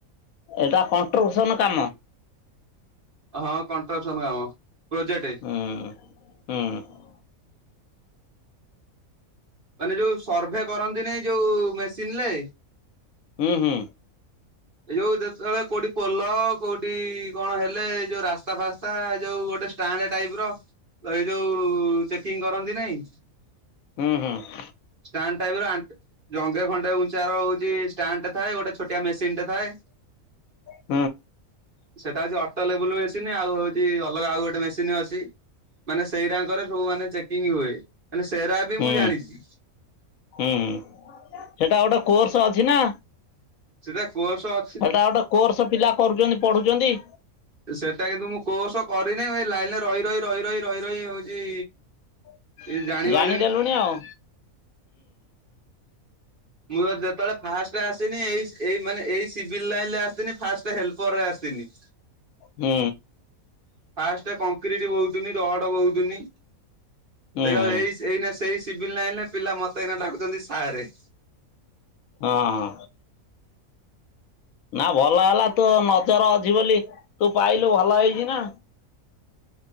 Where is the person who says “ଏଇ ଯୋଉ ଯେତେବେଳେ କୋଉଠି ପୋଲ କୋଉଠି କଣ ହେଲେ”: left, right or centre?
Right